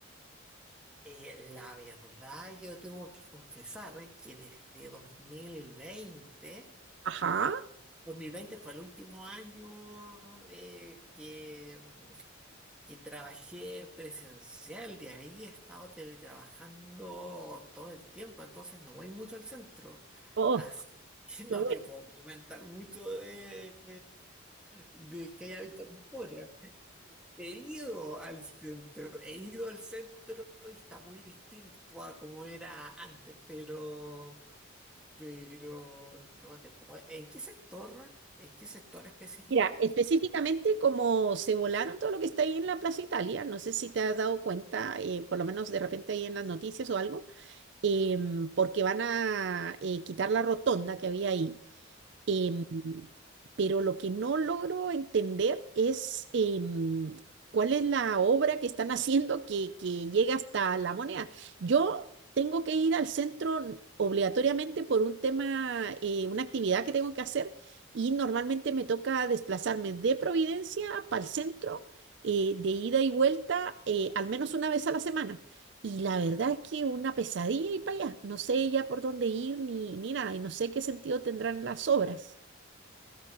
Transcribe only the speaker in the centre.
Eh, la verdad, yo tengo que confesar eh, que desde dos dos mil veinte
dos mil veinte fue el último año eh, que, que trabajé presencial, de ahí he estado teletrabajando todo el tiempo, entonces no voy mucho al centro,
así que no
te puedo comentar mucho de, de que haya visto ahora. He ido al centro, he ido al centro y está muy distinto a como era antes, pero, pero no te puedo. ¿En qué sector? ¿En qué sector específico?